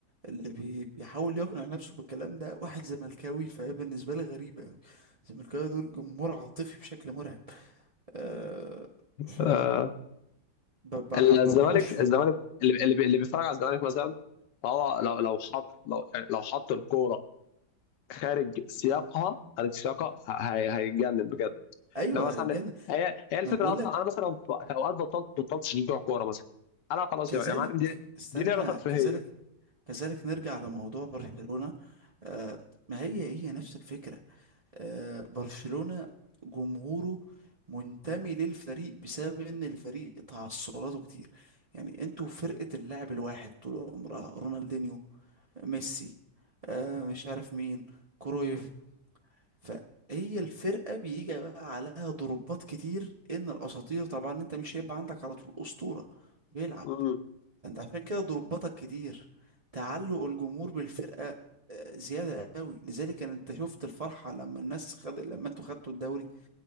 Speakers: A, on the right; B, on the left.
A: اللي بي- بيحاول يقنع نفسه بالكلام ده واحد زملكاوي فهي بالنسبة لي غريبة أوي الزملكاويه دول جمهور عاطفي بشكل مرعب أه ف
B: آه،
A: ب- ب-
B: الزمالك
A: ب- بأشفق
B: الزمالك اللي اللي بي- اللي بيتفرج على الزمالك مثلا فهو لو لو حط لو لو حط الكوره خارج سياقها خارج سياقها ه- هي- هيتجنن بجد
A: أيوة
B: ده مثلا
A: جن ما
B: هي هي الفكره
A: أنا بقول
B: اصلا
A: لك
B: انا مثلا في في اوقات بطلت بطلت اشجع كوره مثلا انا خلاص
A: كذلك
B: يا يا معلم دي
A: استنى
B: دي لعبه ترفيهيه
A: كذلك كذلك نرجع لموضوع برشلونة أه ما هي هي نفس الفكرة آه، برشلونة جمهوره منتمي للفريق بسبب ان الفريق تعثراته كتير يعني انتوا فرقة اللاعب الواحد طول عمرها رونالدينيو ميسي آه مش عارف مين كرويف فهي الفرقة بيجي بقى عليها ضربات كتير ان الاساطير طبعا انت مش هيبقى عندك على طول اسطورة بيلعب
B: مم.
A: انت عشان كده ضرباتك كتير تعلق الجمهور بالفرقة آه، زيادة قوي لذلك ان انت شفت الفرحة لما الناس خد لما انتوا خدتوا الدوري